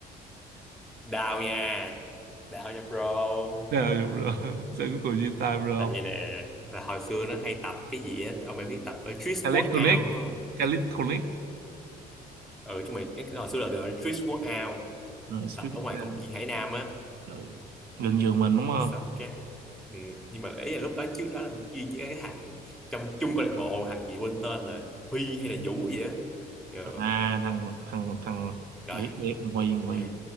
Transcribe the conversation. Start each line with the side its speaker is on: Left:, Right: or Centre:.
Centre: Đào nha. Đào nha bro.
Right: Ờ, được rồi <laughs> sao cuối cùng chia tay bro
Centre: Là vậy nè, là hồi xưa nó hay tập cái gì á, ông mày biết tập uh, Trick
Right: Calisthenics
Centre: Workout đúng không?
Right: Calisthenics
Centre: Ừ, chúng mày cái hồi xưa là gọi là Trick Workout,
Right: ừ, street
Centre: tập ở
Right: workout.
Centre: ngoài công viên Hải Nam á.
Right: ừ. gần giường mình đúng không
Centre: Xong cái ừ. nhưng mà ý là lúc đó trước đó là mình chuyên với cái thằng trong chung câu lạc bộ, thằng gì quên tên là Huy hay là Vũ gì á. Ừ.
Right: à thằng thằng thằng
Centre: Rồi
Right: biết biết Huy Huy
Centre: thì